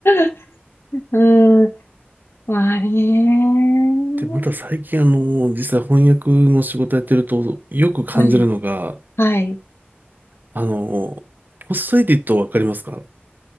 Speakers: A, on the left (about 75°); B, on the right (about 50°).
A: <laughs> うん、まあね。
B: で、また最近あの、実は翻訳の仕事やってると、よく感じるのが、
A: はい。はい。
B: あの、ポストエディットわかりますか